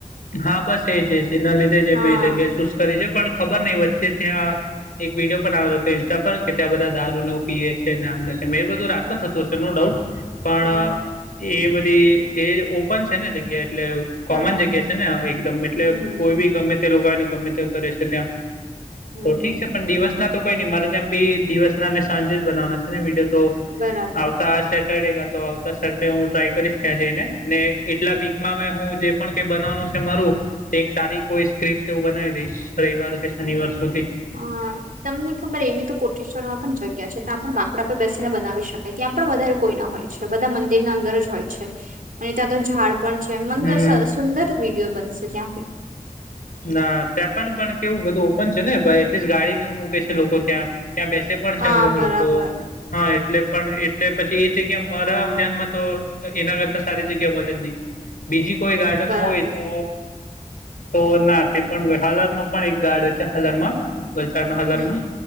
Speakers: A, on the left; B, on the right.
A: હા બસ એજ એજ છે એના લીધે જ
B: હા
A: મેં જગ્યા ચૂઝ કરી છે પણ ખબર ની વચ્ચે ત્યાં એક વિડીયો પણ આવેલો હતો ઇન્સ્ટા પર કે ત્યાં બધા દારૂ ને પીએ છે આમ એ બધું રાતના થતું હશે નો ડાઉટ પણ
B: હમ
A: એ બધી એ ઓપન છે ને જગ્યા એટલે
B: હા
A: કોમન
B: હા
A: જગ્યા હાં એકદમ એટલે
B: હમ હમ
A: કોઈ
B: હમ
A: બી ગમે તે લોકો આવીને ગમે તે કરે છે ત્યા
B: હમ
A: તો ઠીક
B: હમ
A: છે પણ દિવસ ના તો કોઈ ની મારે તેમ બી દિવસ નાને સાંજે જ બનાવા છે ને વિડીયો તો
B: બરાબર
A: આવતા આ સેટ <unintelligible> તો આવતા સડે હું ટ્રાય કરીશ ત્યાં જઈને ને એટલા વીકમાં મે હું જે પણ કઈ બનાવવાનું છે મારું તો એક સારી કોઈ સ્ક્રિપ્ટ એવું બનાવી દઈશ રવિવાર કે શનિવાર સુધી
B: હા તમને ખબર એવી તો કોટેશ્વર માં પણ છે. જગ્યા છે ત્યાં પણ બાકડા પર બેસીને બનાવી શકાય ત્યાં પણ વધારે કોઈના હોય છે બધા મંદિરના અંદર જ હોય છે. અને ત્યાં તો ઝાડ પણ છે મંદ
A: હમ
B: સુંદર વિડીયો બનશે ત્યાં બી
A: ના ત્યાં પણ કેવું બધું ઓપન છે ને એટલીસ્ટ ગાડીનેવું મૂકે છે લોકો ત્યાં ત્યાં બેસે પણ
B: હા
A: છે અમુક
B: બરાબર
A: લોકો હા એટલે પણ એટલે પછી એ જગ્યા મારા ધ્યાનમાં તો એના કરતા સારી જગ્યા મળે જ નહી બીજી કોઈ ગાર્ડન
B: બરાબર
A: હોય તો તો ના તે પણ હાલર નો પણ એક ગાર્ડ છે હાલરમાં વલસાડના હાલરમાં
B: હમ